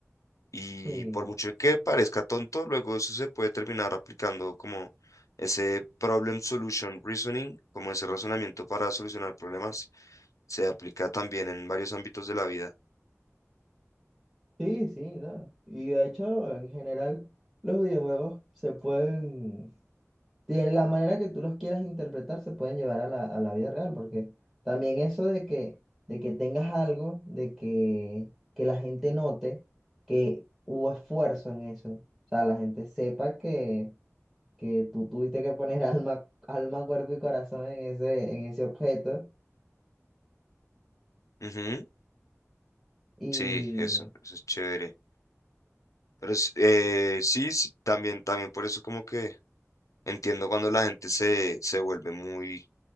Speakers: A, on the left; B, in the centre.
A: Y
B: Sí,
A: por mucho que parezca tonto, luego eso se puede terminar aplicando como ese problem solution reasoning, como ese razonamiento para solucionar problemas, se aplica también en varios ámbitos de la vida.
B: sí, sí, no. Y de hecho, en general, los videojuegos se pueden de la manera que tú los quieras interpretar se pueden llevar a la, a la vida real, porque también eso de que, de que tengas algo, de que, que la gente note que hubo esfuerzo en eso, o sea, la gente sepa que, que tú tuviste que poner <laughs> alma, alma, cuerpo y corazón en ese, en ese objeto.
A: Ujú,
B: Y
A: Sí, eso, eso es chévere. Pero es- eh, sí, sí, también, también por eso como que entiendo cuando la gente se, se vuelve muy,